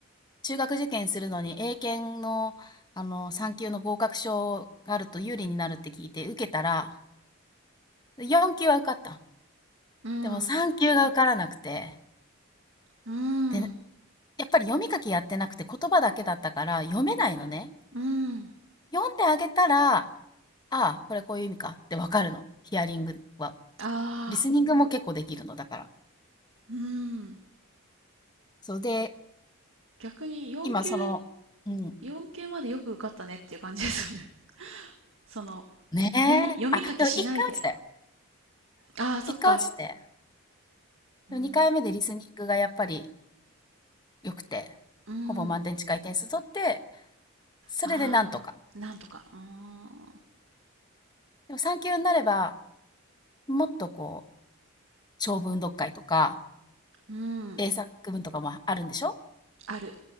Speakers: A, on the left; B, on the right.
A: 中学受験するのに英検の、あの、3級の合格証があると有利になるって聞いて受けたら、4級は受かった。
B: うん、
A: でも3級が受からなくて。
B: うん、
A: で、やっぱり読み書きやってなくて言葉だけだったから読めないのね。
B: うん。
A: 読んであげたら、ああ、これこういう意味かってわかるの。ヒアリングは。
B: ああ、
A: リスニングも結構できるのだから。
B: うん。
A: そうで、
B: 逆に4級、
A: 今その、うん。
B: 4級までよく受かったねっていう感じですよね。<laughs> その、
A: ねえ。
B: 読み、読み書きしないで。
A: あ、でも一回落ちたよ。
B: ああ、そっか。
A: 一回落ちて。
B: うん、
A: でも2回目でリスニングがやっぱり良くて、
B: うん、
A: ほぼ満点近い点数取って、それでなんとか。
B: ああ、なんとか。うーん、
A: でも3級になれば、もっとこう、長文読解とか、
B: うん、
A: 英作文とかもあるんでしょ
B: ある。